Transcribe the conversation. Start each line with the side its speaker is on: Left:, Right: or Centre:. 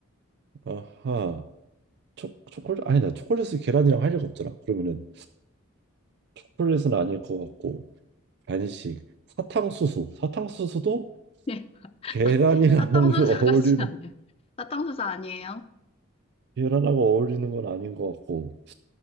Right: 아하. 초, 초콜릿? 아니, 나 초콜릿을 계란이랑 할 리가 없잖아. 그러면은 초콜릿은 아닐 것 같고, 간식. 사탕수수. 사탕수수도
Left: 예. <laughs>
Right: 계란이랑
Left: 사탕수수까지는
Right: <laughs> 어울리면,
Left: 아니에요. 사탕수수 아니에요.
Right: 계란하고 어울리는 건 아닌 것 같고.